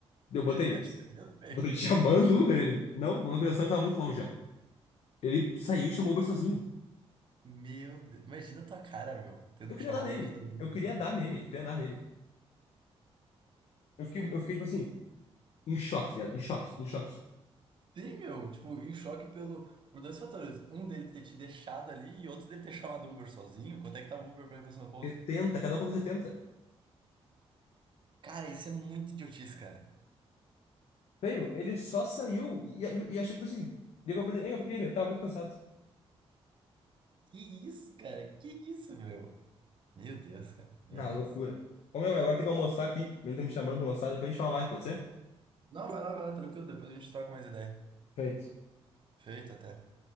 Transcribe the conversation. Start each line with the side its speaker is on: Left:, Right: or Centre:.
Left: Daí Eu botei,
Right: Tá te perdendo, filho?
Left: botei <laughs> chamando o Uber, ele, não, meu localização tava muito longe já. Ele saiu e chamou o Uber sozinho.
Right: Meu Deus. Imagina a tua cara, meu. Tendo
Left: Eu queria
Right: que chamar
Left: dar nele.
Right: o Uber sozinho
Left: Eu queria
Right: também.
Left: dar nele. Eu queria dar nele. Eu fiquei, eu fiquei tipo assim, em choque, tá ligado? em choque, em choque.
Right: Sim, meu. Tipo, em choque pelo, por dois fatores. Um dele ter te deixado ali e outro dele ter chamado o Uber sozinho. Quanto é que tava o Uber pra ir pra São Paulo?
Left: 70, cada um pagou 70.
Right: Cara, isso é muito idiotice, cara.
Left: Veio, ele só saiu e, e achou, tipo assim, deu pra perder. É eu queria, eu tava muito cansado.
Right: Que isso, cara? Que isso, meu? Meu Deus, cara. Meu
Left: Na loucura.
Right: Deus.
Left: Ô, meu, agora tem que almoçar aqui. Ele tá me chamando pra almoçar, depois a gente fala mais, pode ser?
Right: Não, vai lá, vai lá, tranquilo. Depois a gente troca mais ideia.
Left: Perfeito.
Right: Feito até.